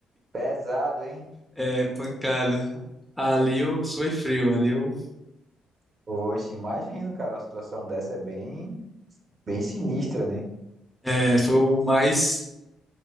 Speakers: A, on the right (about 40°); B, in the centre.
A: Pesado, hein?
B: é pancada. Ali eu suei frio. Ali eu
A: Oxe, imagino, cara, uma situação dessa é bem, bem sinistra, né?
B: é, foi o mais